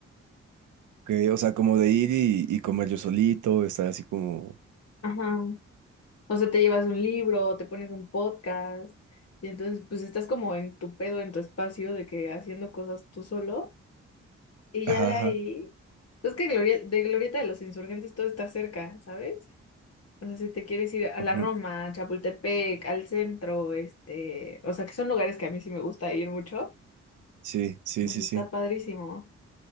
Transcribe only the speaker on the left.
Ajá. O sea, te llevas un libro, te pones un podcast, y entonces pues estás como en tu pedo, en tu espacio, de que haciendo cosas tú solo, y ya
de
ahí, pues que Glorie- de Glorieta de los Insurgentes todo está cerca, ¿sabes? O sea, si te quieres ir a
la Roma, a Chapultepec, al centro, este, o sea, que son lugares que a mí sí me gusta ir mucho,
pues
está
padrísimo.